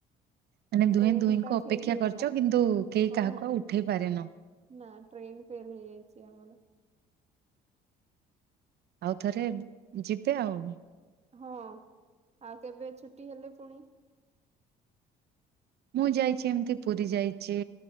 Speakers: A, on the right; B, on the right.
A: ମାନେ ଦୁହେଁ
B: ଟ୍ରେନ
A: ଦୁହିଁଙ୍କୁ
B: ଟା
A: ଅପେକ୍ଷା
B: ଫେଲ ହେଇଗଲା
A: କରିଚ କିନ୍ତୁ କେହି
B: ହଁ
A: କାହାକୁ
B: ହଁ
A: ଆଉ ଉଠେଇ ପାରିନ।
B: ନା ଟ୍ରେନ ଫେଲ୍ ହେଇଯାଇଛି ଆମର
A: ଆଉ ଥରେ ଯିବେ ଆଉ
B: ହଁ ଆଉ କେବେ ଛୁଟି ହେଲେ ପୁଣି
A: ମୁଁ ଯାଇଛି, ଏମିତି ପୁରୀ ଯାଇଛି,